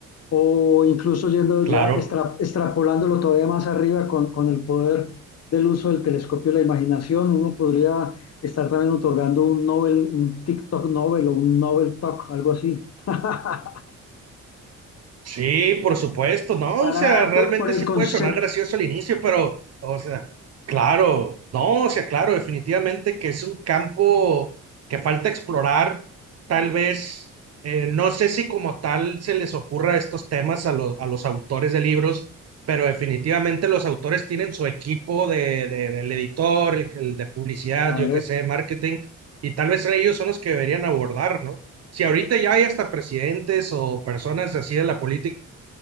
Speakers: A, on the left (about 55°); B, on the right (about 55°).
A: O incluso yendo
B: claro
A: ya, extra- extrapolándolo todavía más arriba con, con el poder del uso del telescopio y la imaginación, uno podría estar también otorgando un Nobel, un TikTok Nobel o un Nobel Talk, algo así, <laughs>
B: Sí, por supuesto, no,
A: para,
B: o sea, realmente
A: por, por el
B: sí
A: concepto.
B: puede sonar gracioso al inicio, pero, o sea, claro, no, o sea, claro, definitivamente que es un campo que falta explorar, tal vez, eh, no sé si como tal se les ocurra estos temas a, lo- a los autores de libros, pero definitivamente los autores tienen su equipo de, de- del editor, el, el de publicidad,
A: Claro.
B: yo qué sé, marketing, y tal vez ellos son los que deberían abordar, ¿no? Si ahorita ya hay hasta presidentes o personas así de la política